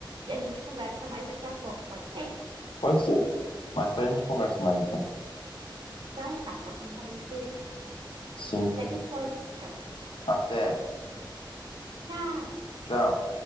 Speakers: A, on the right (about 65°); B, on the left (about 85°).
A: e a gente conversa mais daqui a pouco, pode ser?
B: Pode ser. Mais tarde a gente conversa mais, então.
A: Então, tá, o assunto tá muito interessante.
B: Sim.
A: Até depois, então.
B: Até.
A: Tchau!
B: Tchau.